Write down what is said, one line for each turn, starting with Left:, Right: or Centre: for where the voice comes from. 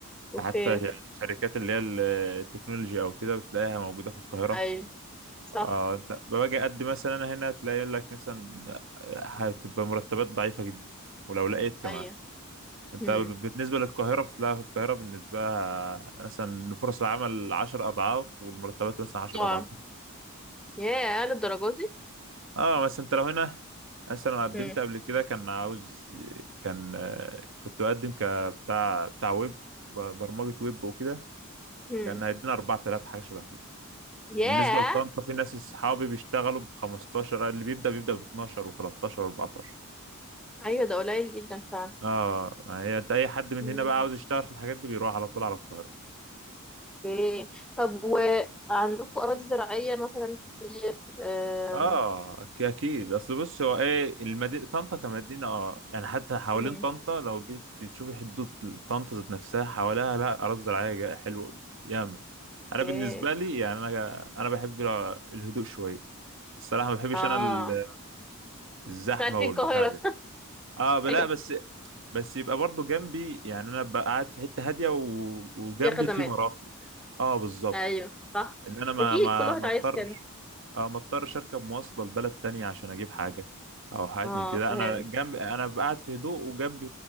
Centre: اوكي
Right: حتى الشركات اللي هي ال- التكنولوجي أو كده بتلاقيها موجودة في القاهرة
Centre: اي صح
Right: آه، أنت باجي أقدم مثلا أنا هنا تلاقي يقول لك مثلا آه، هتبقى مرتبات ضعيفة جدا ولو لقيت كمان
Centre: اي
Right: أنت
Centre: امم
Right: ب- بالنسبة للقاهرة فلا في القاهرة بالنسبة لها مثلا فرص العمل عشر أضعاف والمرتبات مثلا عشر
Centre: طبعا
Right: أضعاف
Centre: ياه للدرجة دي
Right: اه بس انت لو هنا مثلا قدمت
Centre: امم
Right: قبل كده كان عاوز كان آه، كنت بقدم كبتاع بتاع ويب برمجة ويب وكده
Centre: امم
Right: كان هيدينا 4000 حاجة شبه كده بالنسبة
Centre: ياه
Right: لطنطا في ناس اصحابي بيشتغلوا ب 15 اللي بيبدأ بيبدأ ب 12 و13 و14
Centre: ايوه ده قليل جدا فعلا
Right: اه ما هي انت اي حد من
Centre: مم.
Right: هنا بقى عاوز يشتغل في الحاجات دي بيروح على طول على القاهرة
Centre: اوكي طب وعندكم أراضي زراعية مثلا كتير أم،
Right: اه أك- اكيد اصل بص هو ايه المدينه طنطا كمدينه اه يعني حتى حوالين
Centre: امم
Right: طنطا لو جيت تشوفي حدود طنطا ذات نفسها حواليها لا اراضي زراعيه جا- حلوه ياما انا
Centre: اوكي
Right: بالنسبه لي يعني انا انا بحب الهدوء شويه الصراحه ما بحبش
Centre: اه
Right: انا ال- الزحمه
Centre: عايزين
Right: والبتاع
Centre: القاهرة
Right: ده اه لا
Centre: ايوه
Right: بس بس يبقى برضو جنبي يعني انا ببقى قاعد في حته هاديه و... وجنبي
Centre: فيها خدمات
Right: في مرافق اه بالظبط
Centre: ايوه صح
Right: ان انا ما
Centre: اكيد
Right: ما
Centre: كل واحد
Right: ما
Centre: عايز
Right: اضطرش
Centre: كده
Right: اه ما اضطرش اركب مواصله لبلد تانية عشان اجيب حاجه او حاجات
Centre: اه
Right: من كده
Centre: فاهم
Right: انا جنب انا قاعد في هدوء وجنب